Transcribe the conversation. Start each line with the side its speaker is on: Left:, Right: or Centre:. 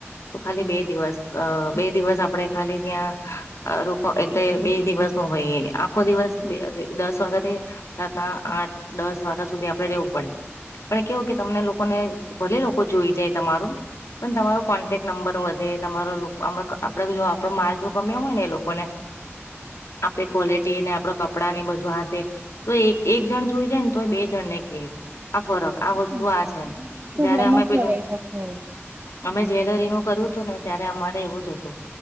Left: તો ખાલી બે દિવસ અ બે દિવસ આપણેે ખાલી ત્યાં. રો એક બે દિવસ ન હોયએ આખો દિવસ દસ વાગ્યાથી. રાતના આઠ દસ વાગ્યા સુધી આપડે રેવું પડે પણ કેવું કે તમને લોકોને. ભલે લોકો જોઈ જાય તમારું. પણ તમારો કોન્ટેક્ટ નંબર વધે તમારો લોકો આપડે જો પણ માલ જો ગમ્યો હોય ને એ લોકો ને. આપડી ક્વોલિટી ને આપડ કપડાં ની બધું હાથે. તો એક એક જણ જોઈ જાય ને તો બે જણને ક આ ફરક આ
Right: હા
Left: વસ્તુ આ છે, જયારે
Right: ફેમસ
Left: અમે પેલું
Right: થવાય થોડું થોડું
Left: અમે જ્વેલરીનુંકર્યું હતું ને ત્યારે અમારે એવું જ હતું.